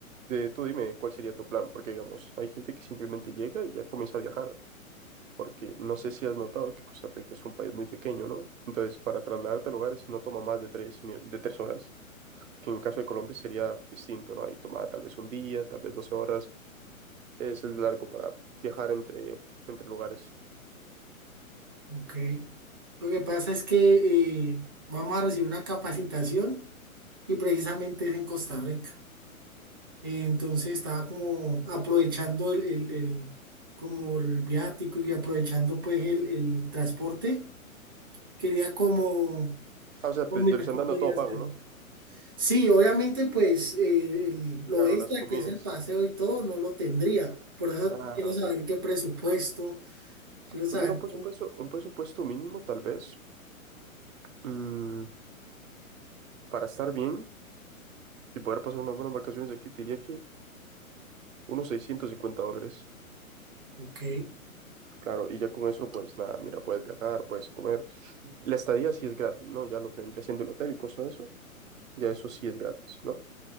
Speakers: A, on the right (about 65°); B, on the right (about 15°).
A: de, tú dime cuál sería tu plan, porque digamos, hay gente que simplemente llega y ya comienza a viajar, porque no sé si has notado que Costa Rica es un país muy pequeño, ¿no? Entonces, para trasladarte a lugares no toma más de tres, mi- de tres horas, que en el caso de Colombia sería distinto, ¿no? Ahí toma tal vez un día, tal vez 12 horas, es largo para viajar entre, entre lugares.
B: ok. Lo que pasa es que eh, vamos a recibir una capacitación y precisamente es en Costa Rica. Entonces estaba como aprovechando el, el- el- como el viático y aprovechando pues el, el transporte. Quería como,
A: Ah, o sea, te,
B: oh, mira,
A: te lo están
B: ¿qué
A: dando
B: podía
A: todo
B: hacer?
A: pago, ¿no?
B: Sí, obviamente pues eh, el- lo
A: Claro,
B: extra
A: las comidas.
B: que es el paseo y todo no lo tendría. Por eso
A: Ah,
B: quiero saber
A: ok.
B: qué presupuesto, quiero saber
A: Pues mira, un presupuesto,
B: cómo.
A: un presupuesto mínimo, tal vez, mm, para estar bien y poder pasar unas buenas vacaciones aquí, te diría que unos 650 dólares.
B: Ok.
A: Claro, y ya con eso, pues nada, mira, puedes viajar, puedes comer. La estadía sí es gratis, ¿no? Ya lo que vendría siendo el hotel y cosas de eso, ya eso sí es gratis, ¿no?